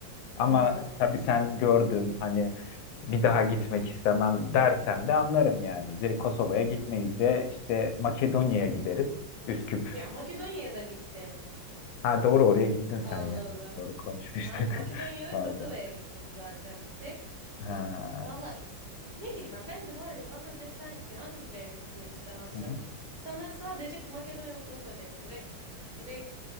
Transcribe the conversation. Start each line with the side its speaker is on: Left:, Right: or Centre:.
Right: Hmm.
Left: Ama tabii sen gördün hani bir daha gitmek istemem dersen de anlarım yani. Direkt Kosova'ya gitmeyiz de işte Makedonya'ya gideriz. Üsküp.
Right: Ya Makedonya'ya da gittim.
Left: Ha doğru oraya gittin sen
Right: Allah
Left: ya.
Right: Allah.
Left: Doğru konuşmuştuk.
Right: Aynen Makedonya
Left: <laughs>
Right: ve
Left: Pardon.
Right: Kosova'ya gittim zaten bir tek.
Left: Ha.
Right: Valla ikisi- ne bileyim ben, ben de var ya bana desen ki hangilerine gitmek istemezsin.
Left: hı hı.
Right: Sana sadece Makedonya ve Kosova derim. Direkt direkt